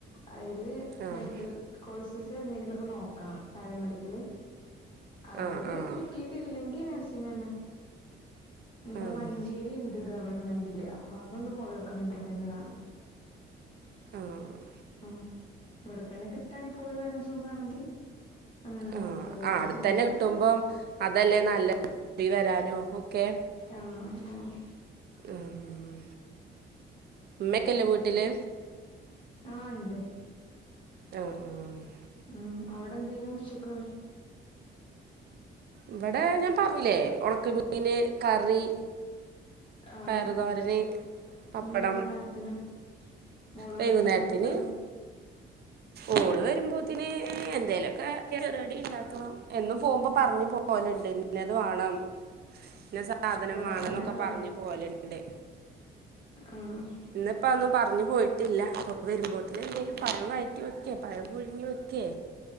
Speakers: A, on the left (about 25°); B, on the right (about 55°).
A: അതില്
B: ആഹ്
A: മെഡിക്കൽ കോഴ്സസ് എന്തെങ്കിലൊക്കെ നോക്കണം പാരാമെഡിക്കല് അതില്
B: ആഹ് ആഹ്
A: കിട്ടിയിട്ടില്ലെങ്കിൽ നൈസിങ്ങ് തന്നെ ഇഞിപ്പൊ
B: ആഹ്
A: മഞ്ചേ രി ഗവൺമെന്റില് അപ്പൊ അവിടൊന്ന് പോയെക്കണം കര്ത്ണ്ട് നാളെ
B: ആഹ്
A: ഉം ഇവിടെ തന്നെ കിട്ടാണെങ്കി പോയി വരാൻ സുഖണെങ്കിൽ അങ്ങനെ നോക്ക
B: ആഹ്
A: കര്തി
B: ആഹ് അടുത്തന്നെ
A: എന്നിട്ടൊക്കെ
B: കിട്ടുമ്പം അതല്ലേ നല്ലത് പോയി വരാനോക്കെ
A: ആഹ് ആഹ്
B: ഉം ഉമ്മക്കല്ലെ വീട്ടില്
A: ആഹ് ഇണ്ട്
B: ആഹ് ആഹ്
A: ഉ അവിടെ എന്തേനും ഉച്ചക്ക്
B: ഇവടെ ഞാൻ പറഞ്ഞിലേ ഒണക്ക മീന് കറി
A: ആഹ്
B: പയറുതോരന് പപ്പടം
A: വൈകുന്നേരത്തിനൊ മോള്
B: വൈകുന്നേരത്തിന്
A: വരുമ്പോ എന്താ കൊടുക്കാ
B: ഓള് വരുമ്പോത്തിന് എന്തേലൊക്കെ കടി ഇണ്ടാക്കണം എന്നും പോകുമ്പോ പറഞ്ഞു പോ പോല്ണ്ട് ഇന്നത് വാണം ഇന്നെ സാധനം
A: ഏ
B: വാണംന്നൊക്കെ
A: അങ്ങനെ പറ
B: പറഞ് പോല്ണ്ട്
A: ആഹ്
B: ഇന്ന്പ്പോ അതൊന്നും പറഞ്ഞ് പോയിട്ടില്ല അപ്പോ വരുമ്പോത്തിന് എന്തേലും പഴം വയറ്റി വയ്ക്കേ പഴം പുഴുങ്ങി വയ്ക്കേ